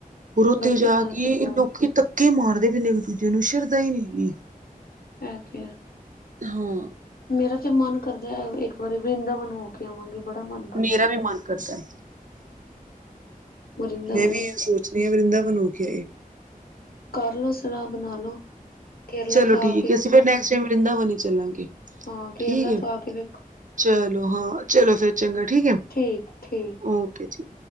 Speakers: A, on the right; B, on the left.
A: ਹੋਰ ਉੱਥੇ
B: ਬੱਚਿਆਂ
A: ਜਾ
B: ਨਾਲ
A: ਕੇ
B: ਤੇ ਬਹੁਤ
A: ਏ ਲੋਕੀ ਧੱਕੇ ਮਾਰਦੇ ਪੇਨੇ ਇੱਕ ਦੂਜੇ ਨੂੰ ਸ਼ਰਧਾ ਨੀ ਹੈਗੀ ਈ
B: ਐ ਤੇ ਆ
A: ਹਾਂ ਆ
B: ਮੇਰਾ ਤੇ ਮਨ ਕਰਦਾ ਐ ਇੱਕ ਵਾਰੀ ਵਰਿੰਦਾਵਨੋ ਹੋ ਕੇ ਆਵਾਂਗੇ ਏ ਬੜਾ ਮਨ ਆ
A: ਮੇਰਾ ਵੀ ਮਨ ਕਰਦਾ ਐ
B: ਵਰਿੰਦਾਵਨ
A: ਮੈਂ ਵੀ ਇਹ ਸੋਚਣੀ ਆ ਵਰਿੰਦਾਬਣ ਹੋ ਕੇ ਆਏ
B: ਕਰਲੋ ਸਲਾਹ ਬਣਾ ਲੋ ਕੇਰਲਾ
A: ਚਲੋ
B: ਤੋਂ ਆ
A: ਠੀਕ
B: ਕੇ
A: ਏ ਐ ਅਸੀਂ ਫਿਰ ਨੈਕਸ ਟੈਮ ਵਿੰਰਦਾਵਨ ਚੱਲਾਂਗੇ ਏ
B: ਹਾਂ ਕੇਰਲਾ
A: ਠੀਕ ਐ
B: ਤੋਂ ਆ ਕੇ ਵੇਖੋ
A: ਚਲੋ ਹਾਂ ਆ ਚਲੋ ਫੇਰ ਚੰਗਾ ਠੀਕ ਐ
B: ਠੀਕ ਠੀਕ
A: ਓਕੇ ਜੀ ਈ